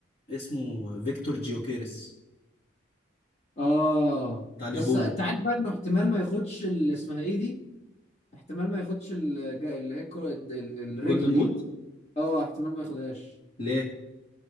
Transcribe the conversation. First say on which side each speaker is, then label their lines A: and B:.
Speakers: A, on the left (about 55°); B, on the left (about 35°).
A: اسمه فيكتور جيوكيرس
B: اه
A: بتاع لشبونه
B: بس أنت عارف بقى إنه احتمال ما ياخدش اللي اسمها إيه دي احتمال ما ياخدش الج- اللي هي الكرة- الرجل
A: جولدن
B: دي
A: بوت
B: اه احتمال ما ياخدهاش
A: ليه